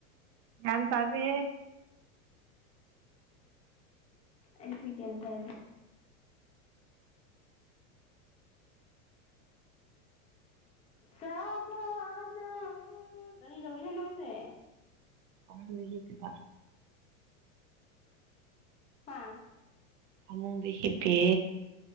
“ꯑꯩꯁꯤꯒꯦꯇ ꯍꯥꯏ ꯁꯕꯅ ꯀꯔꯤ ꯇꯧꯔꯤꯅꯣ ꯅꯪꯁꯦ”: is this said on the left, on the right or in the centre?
Left